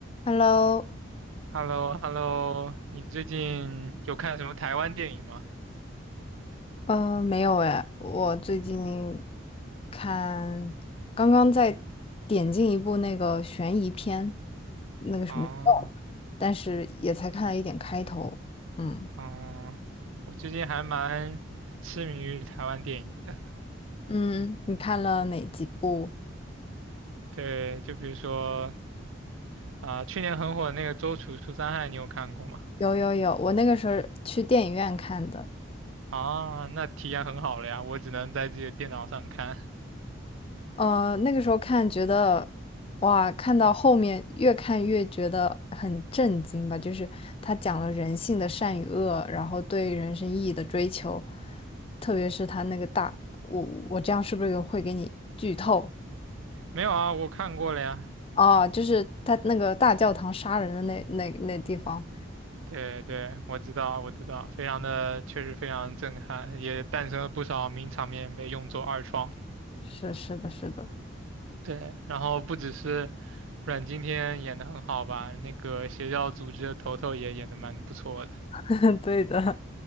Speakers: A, on the left; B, on the right.
A: Hello，
B: h e l l o h e l l o 你最近有看什么台湾电影吗？
A: 呃，没有哎，我最近看，刚刚在点进一部那个悬疑片，那个什么，
B: 哦，
A: 但是也才看了一点开头。嗯
B: 哦，我最近还蛮痴迷于台湾电影的。
A: 嗯，你看了哪几部？
B: 对，就比如说啊、去年很火的那个《周处除三害》，你有看过吗？
A: 有有有，我那个时候去电影院看的。
B: 啊，那体验很好了呀，我只能在自己的电脑上看。
A: 呃，那个时候看觉得，哇，看到后面越看越觉得很震惊吧，就是他讲了人性的善与恶，然后对人生意义的追求，特别是他那个大，我我这样是不是有会给你剧透
B: 没有啊，我看过了呀。
A: 啊？就是他那个大教堂杀人的那那那地方，
B: 对对，我知道，我知道，非常的，确实非常震撼，也诞生了不少名场面被用作二创。
A: 是是的，是的，
B: 对，然后不只是阮经天演的很好吧，那个邪教组织的头头也演的蛮不错的。
A: <laughs> 对的，